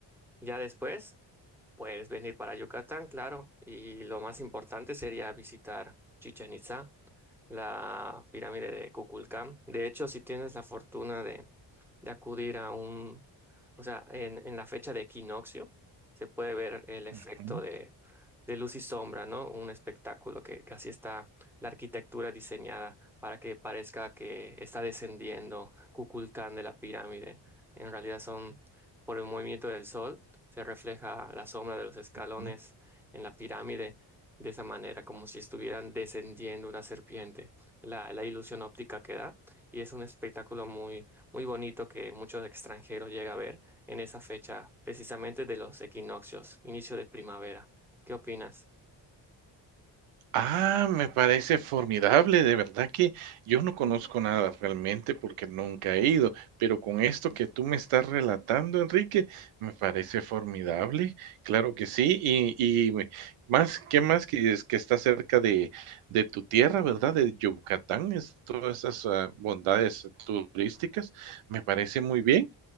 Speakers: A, in the centre; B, on the right.
A: Ya después puedes venir para Yucatán, claro, y lo más importante sería visitar Chichen Itzá, la pirámide de Kukulcán. De hecho, si tienes la fortuna de, de acudir a un, o sea, en, en la fecha de equinoccio, se puede ver el efecto
B: Ujú,
A: de, de luz y sombra, ¿no? Un espectáculo que, que así está la arquitectura diseñada para que parezca que está descendiendo Kukulcán de la pirámide. En realidad son por el movimiento del sol se refleja la sombra de los escalones
B: ujú.
A: en la pirámide de esa manera, como si estuvieran descendiendo una serpiente, la, la ilusión óptica que da, y es un espectáculo muy, muy bonito que muchos extranjeros llegan a ver en esa fecha, precisamente de los equinoccios, inicio de primavera. ¿Qué opinas?
B: Ah, me parece formidable, de verdad que yo no conozco nada realmente porque nunca he ido, pero con esto que tú me estás relatando, Enrique, me parece formidable, claro que sí, y, y me- más, ¿qué más que es que está cerca de, de tu tierra, ¿verdad? De Yucatán, es, todas esas ah, bondades turísticas, me parece muy bien.